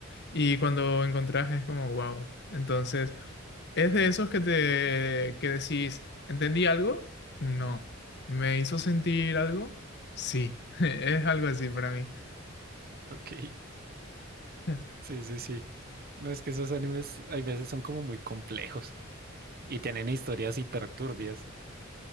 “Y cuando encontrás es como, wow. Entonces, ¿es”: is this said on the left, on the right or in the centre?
Left